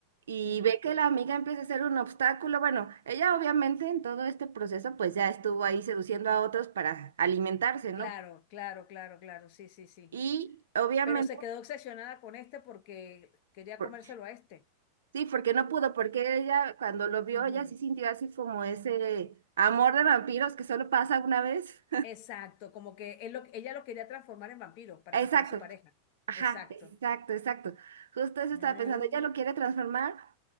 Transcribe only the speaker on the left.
Mm,
Claro, claro, claro, claro, sí, sí, sí.
Pero se quedó obsesionada con este porque quería
comérselo a este.
Ujú.
Exacto, como que él lo- ella lo quería transformar en vampiro para
que fuera su pareja.
Exacto.
Ah,